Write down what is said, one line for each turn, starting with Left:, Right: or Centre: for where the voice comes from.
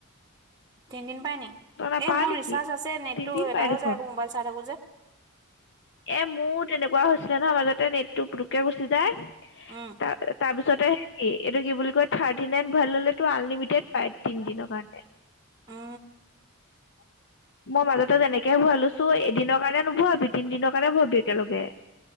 Right: তিনিদিন পায় নি?
Left: নাপাৱ
Right: এই মোৰ
Left: নেকি
Right: ৰিচাৰ্জ আছে নেটটো
Left: তিনদিন
Right: এদাই
Left: পাই
Right: হৈ
Left: দেখোন
Right: যায় আকৌ মোবাইল চাই থাকোঁ যে।
Left: এ মোৰ তেনেকুৱা হৈছিলে নহয় মাজতে নেটটো পতককে গুচি যায়
Right: উম।
Left: ত তাৰপিছত হে কি এইটো কি বুলি কয় থাৰ্টি নাইন ভ ললেটো আনলিমিটেড পাই তিনি দিনৰ কাৰণে।
Right: অ
Left: মই মাজতে তেনেকেহে ভৰাই লৈছোঁ। দিনৰ কাৰণে নভৰাবি তিনি দিনৰ কাৰণে ভৰাবি একেলগে।